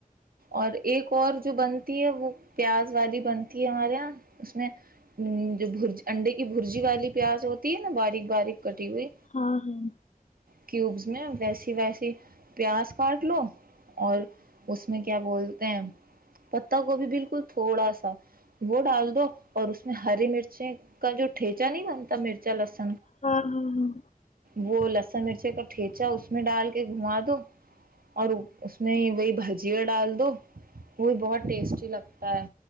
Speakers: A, on the right; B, on the left.
A: اور ایک اور جو بنتی ہے وہ پیاز والی بنتی ہمارے یہاں اس میں بجی انڈے کی برجی والی پیاز ہوتی ہے نا باریک باریک کٹی ہوئی
B: ہاں ہاں
A: کیوبس میں ویسی ویسی پیاز کاٹ لو اور اس میں کیا بولتے ہیں پت گوبھی بالکل تھوڑا سا وہ ڈال دو اور اس میں ہری مرچی کا جو ٹھیچا نہیں بنتا مرچا لسن
B: ہاں ہاں ہاں
A: وہ لسن مرچی کا ٹھیچا اس میں ڈال کے گھما دو اور اس میں وہی بھجیا ڈال دو وہ بھی بہت ٹیسٹی لگتا ہے